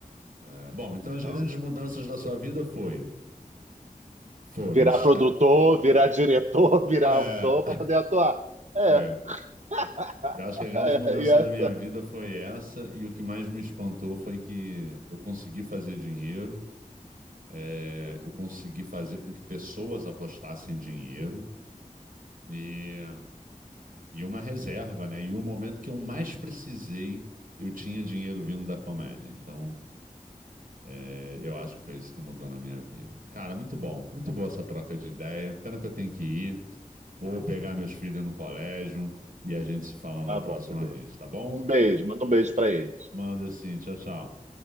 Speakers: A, on the right; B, on the right.
A: É, bom, então as
B: Então,
A: grandes mudanças da sua vida foi, foram,
B: virar
A: esca-
B: produtor, virar diretor, <laughs> virar
A: é,
B: autor para poder atuar. É.
A: é.
B: <laughs>
A: Eu acho que a grande mudança
B: E essa.
A: da minha vida foi essa e o que mais me espantou foi que eu consegui fazer dinheiro, é, eu consegui fazer com que pessoas apostassem dinheiro. e E uma reserva, né? E o momento que eu mais precisei, eu tinha dinheiro vindo da comédia. Então, é, eu acho que foi isso que mudou na minha vida. Cara, muito bom. Muito boa essa troca de ideia. Pena que eu tenho que ir. Vou pegar meus filhos no colégio e a gente se fala na
B: Tá
A: próxima
B: bom, bebê.
A: vez, tá bom?
B: Um beijo, manda um beijo pra eles.
A: Manda assim. Tchau, tchau.